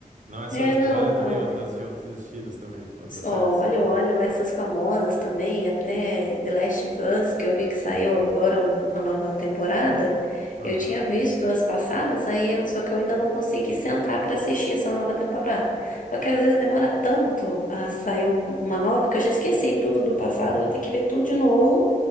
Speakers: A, on the right (about 60°); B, on the left (about 65°).
A: Não é só
B: É,
A: isso,
B: não,
A: tu olha
B: então.
A: também outras de outros estilos também, outras
B: Olho,
A: séries.
B: olho, essas famosas também, até The Last of Us, que eu vi que saiu agora um- a nova temporada.
A: Aham.
B: Eu tinha visto as passadas, aí eu- só que eu ainda não consegui sentar para assistir essa nova temporada. Só que às vezes demora tanto a sair um- uma nova que eu já esqueci tudo do passado, vou ter que ver tudo de novo